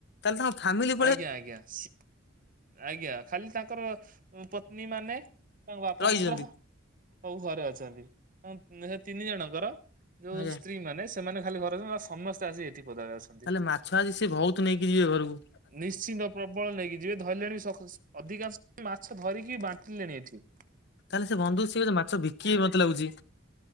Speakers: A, on the left; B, on the right.
A: ତାହେଲେ ତାଙ୍କ ଫାମିଲି।
B: ଆଜ୍ଞା ଆଜ୍ଞା ସି। ଆଜ୍ଞା ଖାଲି ତାଙ୍କର ଉଁ ପତ୍ନୀ ମାନେ ତାଙ୍କ ବାପାଙ୍କର।
A: ରହିଛନ୍ତି
B: ସବୁ ଘରେ ଅଛନ୍ତି ଉଁ ସେ ତିନି ଜଣଙ୍କର ଯୋଉ
A: ଆଜ୍ଞା।
B: ସ୍ତ୍ରୀ ମାନେ। ସେମାନେ ଖାଲି ଘରେ ଅଛନ୍ତି ନହେଲେ ସମସ୍ତେ ଆସି ଏଇଠି ପଦାରେ ଅଛନ୍ତି।
A: ତାହେଲେ ମାଛ ଆଜି ସିଏ ବହୁତ ନେଇକି ଯିବେ ଘରୁକୁ।
B: ନିଶ୍ଚିନ୍ତ ପ୍ରବଳ ନେଇକି ଯିବେ ଧରିଲାଣି ଅଧିକାଂଶ ମାଛ ଧରିକି ବାଣ୍ଟିଲେଣି ଏଠି।
A: ତାହେଲେ ସେ ବନ୍ଧୁ ସିଏ ବୋଧେ ମାଛ ବିକିବେ ମତେ ଲାଗୁଛି।